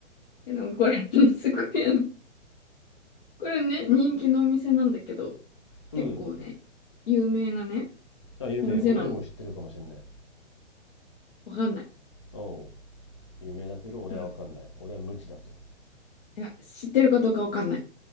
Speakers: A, on the left; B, on the left.
A: でもこれ、<laughs> すごいあの、これね、人気のお店なんだけど、
B: うん。
A: 結構ね、有名なね、
B: あ、有名。
A: お店なの。
B: 俺でも知ってるかもしれない。
A: わかんない。
B: おう。有名だけど、俺はわかんない。
A: うん。い
B: 俺は無知だと。
A: や、知ってるかどうかわかんない。